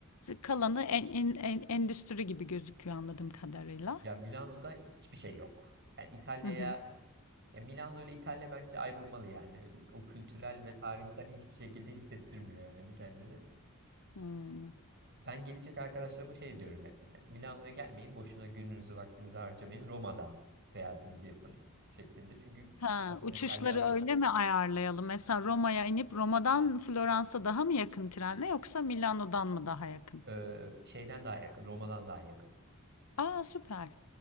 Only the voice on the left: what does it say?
Kalanı en, en, en- endüstri gibi gözüküyor anladığım kadarıyla.
Hı hı.
Hmm.
Ha,
uçuşları
öyle mi ayarlayalım? Mesela Roma'ya inip Roma'dan Floransa daha mı yakın trenle yoksa Milano'dan mı daha yakın?
Aa süper.